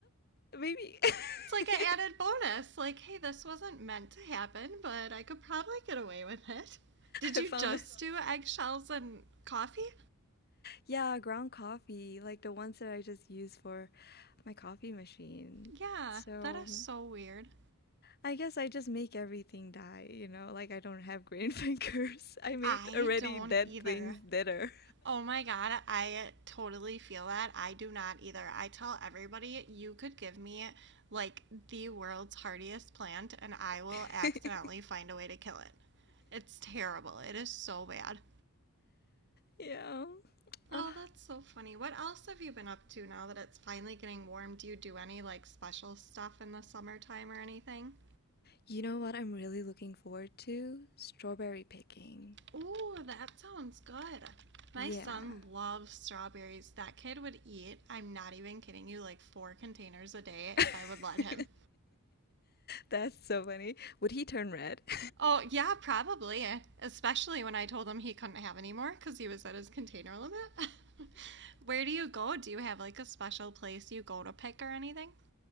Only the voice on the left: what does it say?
Maybe <laughs>
I
found
it.
Yeah, ground coffee, like the ones that I just use for my coffee machine.
So
I guess I just make everything die, you know? Like I don't have green <laughs> fingers. I made
already
dead
things deader.
<laughs>
Yeah. Ugh.
you know what I'm really looking forward to? Strawberry picking.
Yeah.
<laughs>
That's so funny. Would he turn red? <laughs>